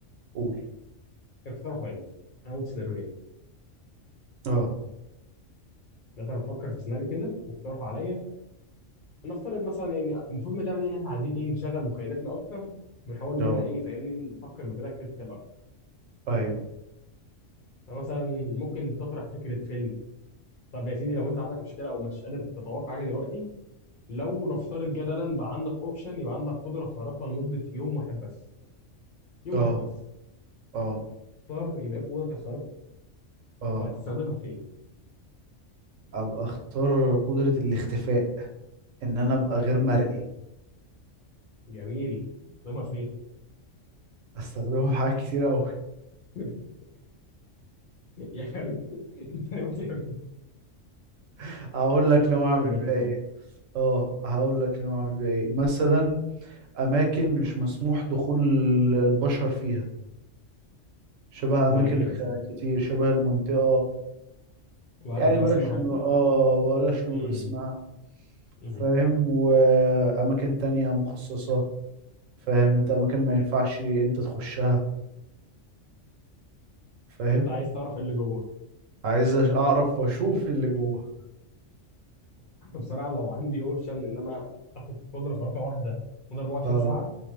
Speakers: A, on the right; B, on the left.
A: قول
B: اقترحه أنت أنا قلت سيناريوهين
A: اه
B: مثلا فكر في سيناريو كده واقترحه عليا نفترض مثلا يعني المفروض من اللعبه دي ان احنا عايزين ايه نشغل مخيلتنا اكتر ونحاول ان
A: اه
B: احنا ايه فاهمني نفكر بطريقه كريتيكال اكتر
A: ايوه
B: فمثلا ممكن تطرح فكره فيلم طب يا سيدي لو انت عندك مشكله او مش قادر تتوقع حاجه دلوقتي لو نفترض جدلا بقى عندك اوبشن يبقى عندك قدره خارقه لمده يوم واحد بس يوم
A: اه
B: واحد بس
A: اه
B: اختار يبقى ايه قوتك الخارقه
A: اه
B: وهتستخدمها في ايه
A: ابقى اختار قدرة الاختفاء ان انا ابقى غير مرئي
B: جميل هتستخدمها في ايه
A: استخدمها في حاجات كتير قوي
B: <laughs> يا حبيبي انت ناوي تعمل إيه؟
A: <laughs> هقول لك ناوي
B: قوه
A: اعمل
B: الاختفاء
A: بيها ايه اه هقول لك نوع من ايه مثلا اماكن مش مسموح دخول البشر فيها شبه
B: زي
A: اماكن
B: ايه
A: خ-
B: مثلا
A: كتير شبه المنطقه
B: 51
A: يعني بلاش
B: وحاجات
A: نقول-
B: دي
A: اه بلاش
B: م-
A: نقول اسمها
B: م-
A: فاهم
B: م.
A: واماكن تانية مخصصه فاهم انت اماكن ما ينفعش انت تخشها فاهم
B: فانت عايز تعرف ايه اللي جوه
A: عايز أش- اعرف واشوف ايه اللي جوه
B: <laughs> بصراحه لو عندي اوبشن ان انا اخد قدره خارقه واحده مدة 24
A: اه
B: ساعه